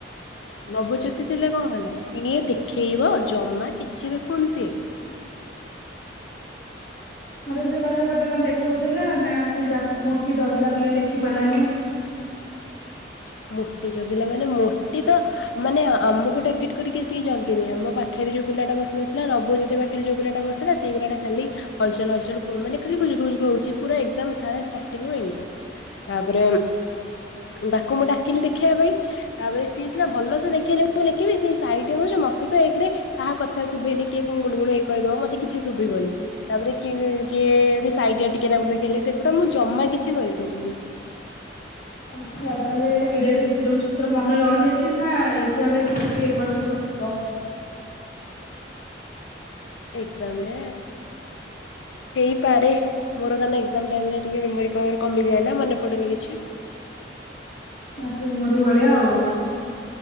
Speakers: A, on the left; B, on the left.
A: ନବଜ୍ୟୋତି ଥିଲେ କଣ ହେଲା ସିଏ ଦେଖେଇବ ଜମା କିଛି ଦେଖଉନି ସିଏ।
B: ମତେ ସେ କହିଲା ବୋଧେ କଣ ଦେଖଉଥିଲା ମ୍ୟାମ୍ ସେ ଯଉ ଆସି ମୋଟି ଜଗିଲା ବୋଲି ଲେଖି ପାରିଲାନି।
A: ମୋଟି ଜଗିଲା ମାନେ ମୋଟି ତ ମାନେ ଆ-ଆମକୁ ଟାର୍ଗେଟ୍ କରିକି ଆସିକି ଜଗିଦିଏ ମ ପାଖେରେ ଯଉ ପିଲାଟା ବସିନଥିଲା ନବଜୋତି ପାଖେରେ ଯଉ ପିଲାଟା ବସ୍ ସେଟା ସିଙ୍ଗ୍ଡା ଖାଲି ହଲ୍ ଚଲ୍ -ହଲ୍ ଚଲ୍ କୁ-ମାନେ ଖାଲି ଗୁଲ୍ ଗୁଲ୍ ହଉଚି ପୁରା ଏକ୍ଜାମ୍ ସାରା ଷ୍ଟାଟିଙ୍ଗ୍ ରୁ ଏଣ୍ଡ୍ ଯାଏ। ତାପରେ ତାକୁ ମୁଁ ଡାକିଲି ଦେଖେଇବା ପାଇଁ ତାପରେ ସିଏ ସିନା ଭଲ ସେ ଦେଖେଇଲେ ମୁଁ ଲେଖିବି ସେ ସାଇଟିରେ ବସିଚି ମତେ ତ ଏକେ ରେ କାହା କଥା ଶୁଭେନି କିଏ କଣ ଗୁଣୁ ଗୁଣୁ ହେଇ କହିଦବ ମତେ କିଛି ଶୁଭିବନି। ତାପରେ କି- କିଏ ଯଦି ସାଇଟିଆ ଟିକେ ନାଖୁ ଦେଖେଇଲେ ସେଗୁଡା ମୁଁ ଜମା କିଛି କରିପାରିବିନି।
B: ଆଚ୍ଛା ତାହେଲେ ଏଡେ ଏଡେ ଥିରମ୍ ସୂତ୍ର ମନେ ରହିଯାଇଚି ନା ଏକ୍ଜାମ୍ ରେ କିଛିବି ଏ ଏପଟ୍ ସେପଟ୍ ହବ।
A: ଏକ୍ଜାମ୍ ରେ ହେଇପାରେ। ମୋର କାରଣ ଏକ୍ଜାମ୍ ଟାଇମ୍ ରେ ଟିକେ ମେମୋରି ପାୱାର୍ କମିଯାଏ ନା ମନେ ପଡନି କିଛି।
B: ଆଚ୍ଛା ମୋରି ଭଳିଆ ଆଉ।